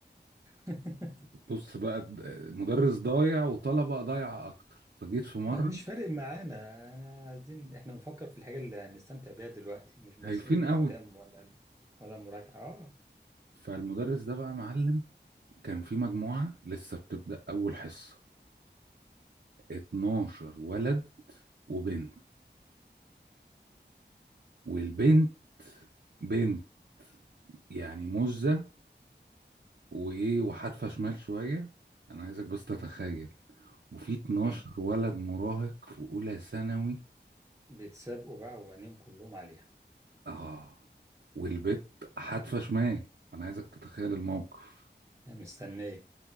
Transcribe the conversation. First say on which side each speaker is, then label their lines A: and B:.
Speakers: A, on the right (about 15°); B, on the right (about 70°).
A: <laughs>
B: بص بقى د- مدرس ضايع وطلبه ضايعه اكتر فجيت في مره
A: آه، مش فارق معانا انا عايزين احنا بنفكر في الحاجة اللي هنستمتع بيها دلوقتي مش باصين
B: هايفين
A: لقدام
B: قوي
A: ولا ولا مراجعة اه
B: فالمدرس ده بقى معلم كان في مجموعه لسه بتبدا اول حصه 12 ولد وبنت والبنت بنت يعني مزه وايه وحادفه شمال شويه انا عايزك بس تتخيل وفي 12
A: مم.
B: ولد مراهق في اولى ثانوي
A: بيتسابقوا بقى وعينيهم كلهم عليها
B: اه والبت حادفه شمال انا عايزك تتخيل الموقف
A: يعني مستنية